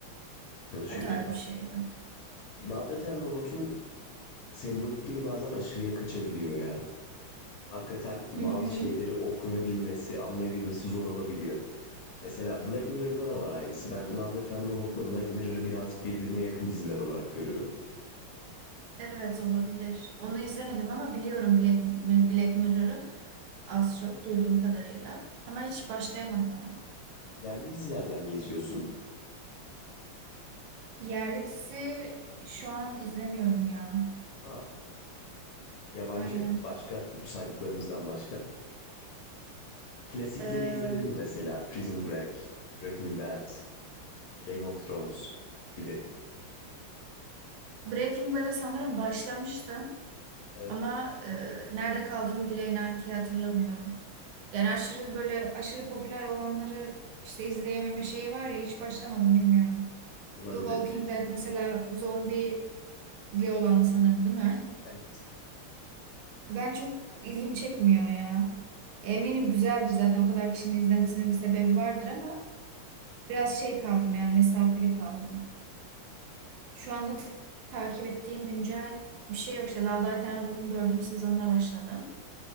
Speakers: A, on the left; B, on the right.
A: ne Çalışıyor
B: O tarz
A: acaba.
B: bir şeydi.
A: Love Death and Robot'un sembolik dili bazen aşırıya kaçabiliyor ya. hakikaten bazı
B: Hı hı.
A: şeyleri okuyabilmesi, anlayabilmesi zor olabiliyor. Mesela Black Mirror'da da var aynısı. Ben Love, Death and Robot'la Black Mirror'ı biraz birbirine yakın diziler olarak görüyorum.
B: Evet olabilir. Onu izlemedim ama biliyorum Black, Black Mirror'ı az çok duyduğum kadarıyla. Ama hiç başlayamadım ona.
A: Yerli dizilerden ne izliyorsun?
B: Yerli dizi şu an izlemiyorum ya.
A: Aa, yabancı,
B: Aynen.
A: başka, bu saydıklarımızdan başka. Klasikleri
B: Ee,
A: izledin mi mesela? Prison Break, Breaking Bad, Game of Thrones gibi.
B: Breaking Bad'e sanırım başlamıştım.
A: Evet.
B: Ama e, nerede kaldığımı bile inan ki hatırlamıyorum. Yani aşırı böyle aşırı popüler olanları işte izleyememe şeyi var ya hiç başlamadım bilmiyorum.
A: Olabilir.
B: The Walking Dead mesela zombili olan sanırım değil mi? <laughs>
A: Evet.
B: Ben çok ilgimi çekmiyor ya. Eminim güzeldir zaten o kadar kişinin izlemesinin bir sebebi vardır ama biraz şey kaldım yani mesafeli kaldım. Şu anda t- takip ettiğim güncel bir şey yok. İşte Love, Death and Robots'un dördüncü sezonuna başladım.